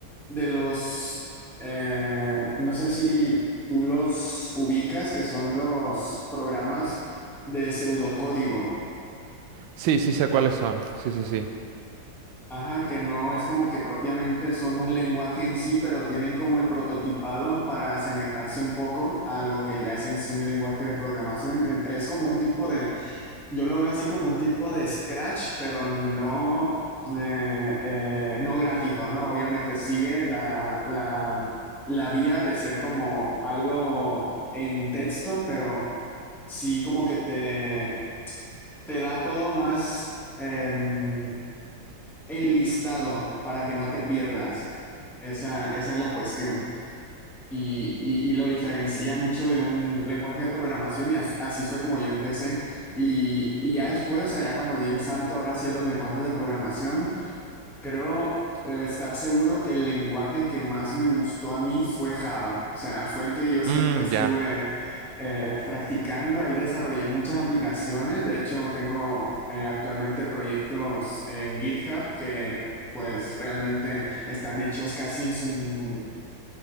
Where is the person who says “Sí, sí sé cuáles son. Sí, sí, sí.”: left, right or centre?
Right